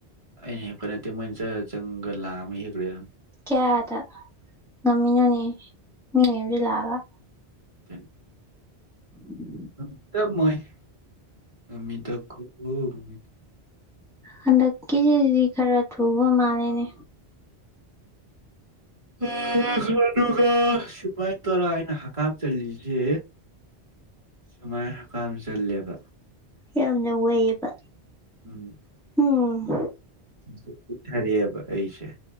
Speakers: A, on the right; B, in the centre.
A: ꯑꯩꯅ ꯍꯦꯛꯄ ꯅꯠꯇꯦ ꯃꯣꯏꯅ ꯆ ꯆꯔ ꯆꯪꯉꯒ ꯂꯥꯝꯃ ꯍꯦꯛꯈ꯭ꯔꯦ ꯑꯗꯨꯝ
B: ꯀꯌꯥꯗ ꯉꯝꯃꯤꯅꯣꯅꯦ ꯃꯤ ꯃꯌꯨꯝꯗ ꯂꯥꯛꯑꯒ
A: <inaudible>
B: <inaudible>
A: ꯅꯪ ꯇ ꯃꯣꯏ ꯉꯃꯤꯗꯀꯣ ꯃꯤꯗ
B: ꯍꯟꯗꯛꯀꯤꯁꯤꯗꯤ ꯈꯔ ꯊꯨꯕ ꯃꯥꯜꯂꯦꯅꯦ
A: <unintelligible> ꯁꯨꯃꯥꯏ ꯇꯧꯔ ꯑꯩꯅ ꯍꯀꯥꯝ ꯆꯜꯂꯤꯖꯦ ꯁꯨꯃꯥꯏ ꯍꯀꯥꯝ ꯆꯜꯂꯦꯕ
B: ꯌꯥꯝꯅ ꯋꯩꯌꯦꯕ
A: ꯎꯝ
B: ꯎꯝ
A: <unintelligible> ꯊꯔꯦꯕ ꯑꯩꯁꯦ